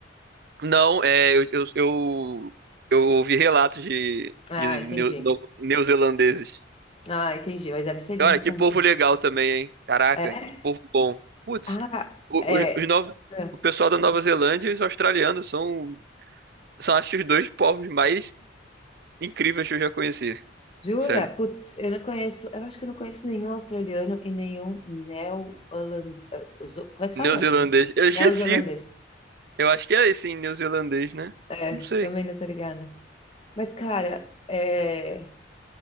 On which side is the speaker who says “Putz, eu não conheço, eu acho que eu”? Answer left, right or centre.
Left